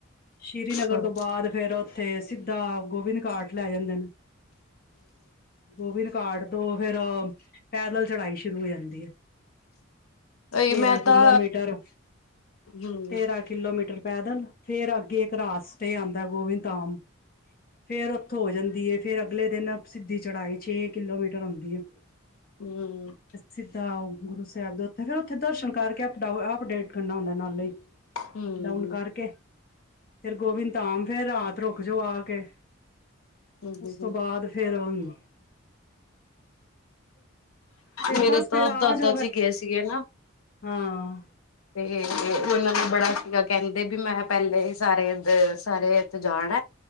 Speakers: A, on the left; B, on the left.
A: ਸ਼੍ਰੀਨਗਰ
B: ਹੂੰ-ਹੂੰ।
A: ਤੋਂ ਬਾਅਦ ਫੇਰ ਉੱਥੇ ਸਿੱਧਾ ਗੋਬਿੰਦ ਘਾਟ ਲੈ ਜਾਂਦੇ ਨੇ ਗੋਬਿੰਦ ਘਾਟ ਤੋਂ ਫੇਰ ਪੈਦਲ ਚੜਾਈ ਸ਼ੁਰੂ ਹੋ ਜਾਂਦੀ ਹੈ।
B: ਉਹੀ
A: ਤੇਰਾਂ
B: ਮੈਂ
A: ਕਿਲੋਮੀਟਰ,
B: ਤਾਂ ਹੂੰ
A: ਤੇਰਾਂ ਕਿਲੋਮੀਟਰ ਪੈਦਲ ਫੇਰ ਅੱਗੇ ਇੱਕ ਰਾਸਤਾ ਆਂਦਾ ਗੋਬਿੰਦ ਧਾਮ, ਫੇਰ ਉੱਥੋਂ ਹੋ ਜਾਂਦੀ ਹੈ ਫੇਰ ਅਗਲੇ ਦਿਨ ਸਿੱਧੀ ਚੜਾਈ ਛੇ ਕਿਲੋਮੀਟਰ ਆਉਂਦੀ ਏ
B: ਹੂੰ,
A: ਸਿੱਧਾ ਉਹ ਗੁਰੂ ਸਾਹਿਬ ਦੇ ਉਥੇ, ਫਿਰ ਉੱਥੇ ਦਰਸ਼ਨ ਕਰਕੇ ਅਪਡੇਟ ਕਰਨਾ ਹੁੰਦਾ ਨਾਲੇ
B: ਹੂੰ,
A: ਅਪ ਡਾਊਨ ਕਰਕੇ ਫਿਰ ਗੋਬਿੰਦ ਧਾਮ, ਫੇਰ ਰਾਤ ਰੁਕ ਜੋ ਆ ਕੇ
B: ਹੂੰ,
A: ਉਸ ਤੋਂ ਬਾਅਦ ਫੇਿਰ <unintelligible> ਫਿਰ
B: ਮੇਰੇ
A: ਬਸ ਫੇਿਰ
B: ਤਾਂ
A: ਆ
B: ਦਾਦਾ
A: ਜਾਓਗੇ
B: ਜੀ ਗਏ ਸੀਗੇ ਨਾ
A: ਹਾਂ
B: ਤੇ ਉਹਨਾਂ ਨੂੰ ਬੜਾ ਸੀਗਾ ਕਹਿੰਦੇ ਵੀ ਮੈਂ ਪਹਿਲੇ ਸਾਰੇ ਸਾਰੇ ਇੱਥ ਜਾਣ